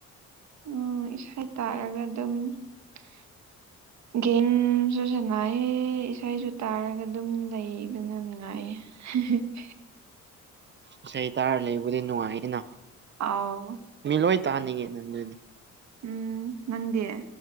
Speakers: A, on the right; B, on the right.
A: ꯎꯝ ꯏꯁꯩ ꯇꯥꯔꯒ ꯑꯗꯨꯝ <inaudible> ꯒꯦꯝꯁꯨ ꯁꯥꯟꯅꯥꯏꯌꯦ ꯏꯁꯩꯁꯨ ꯇꯥꯔꯒ ꯑꯗꯨꯝ ꯂꯩꯕꯅ ꯅꯨꯡꯉꯥꯏꯌꯦ <unintelligible>
B: ꯏꯁꯩ ꯇꯥꯔ ꯂꯩꯕꯗꯤ ꯅꯨꯡꯉꯥꯏꯌꯦꯅ
A: ꯑꯥꯎ
B: ꯃꯤ ꯂꯣꯏ ꯇꯥꯅꯤꯡꯉꯦ ꯅ ꯑꯗꯨꯗꯤ
A: ꯎꯝ ꯅꯪꯗꯤ